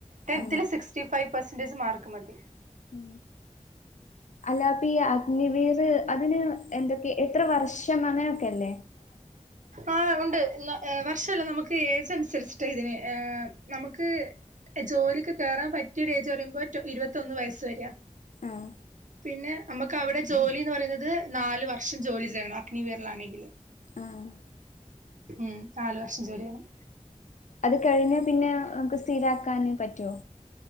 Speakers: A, on the right; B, on the left.
A: ടെൻ
B: ആഹ്
A: തിൽ സിക്സ്റ്റി ഫൈവ് പെർസെൻേജ് മാർക്ക് മതി
B: ഉ അല്ലാപ്പ ഈ അഗ്നി വേർ അതിന് എന്തൊക്കെയ എത്ര വർഷം അങ്ങനെയൊക്കെല്ലേ
A: ആഹ് ഉണ്ട് എന്നാ വർഷമല്ല നമുക്ക് ഏജ് അനുസരിച്ചിട്ട ഇതിന് നമുക്ക് ജോലിക്ക് കേറാൻ പറ്റിയ ഒരു ഏജ് പറയുമ്പോൾ ഇരുപത്തൊന്ന് വയസ്സ് വര
B: ആഹ്
A: പിന്നെ നമുക്ക് അവിടെ ജോലിന്ന് പറയുന്നത് നാല് വർഷം ജോലി ചെയ്യണം അഗ്നി വേർൽ ആണെങ്കില്
B: ആഹ്
A: ഉം നാലു വർഷം ജോലി ചെയ്യണം
B: അത് കഴിഞ്ഞാൽ പിന്നെ നമുക്ക് സ്ഥിരമാക്കാൻപറ്റുവോ